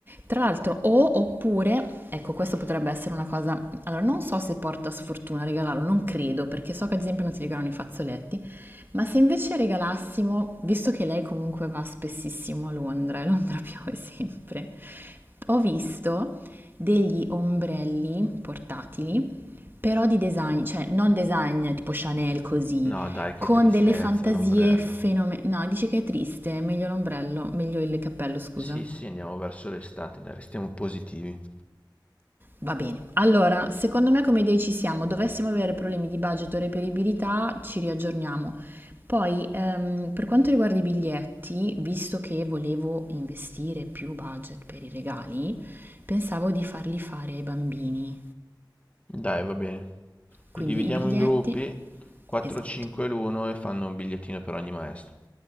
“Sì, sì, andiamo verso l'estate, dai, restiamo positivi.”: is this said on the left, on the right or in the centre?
Left